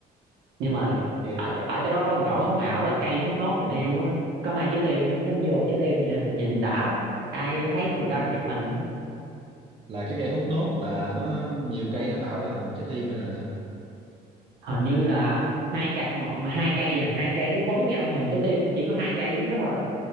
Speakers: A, on the right; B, on the right.
A: nhưng mà
B: ok
A: ở ở chỗ đó có một chỗ sống ảo là cây thốt nốt tình yêu á có hai trái tim nó, nó vô trái tim vậy nè nhìn đã lắm ai thấy người
B: à,
A: ta đang chụp hình á.
B: là cái cây hút nốt là nó nhiều cây nó tạo ra thành một trái tim hay là sao
A: hình như là hai cây m- hai cây à hai cây nó quấn nhau hình trái tim chỉ có hai cây đứng đó thôi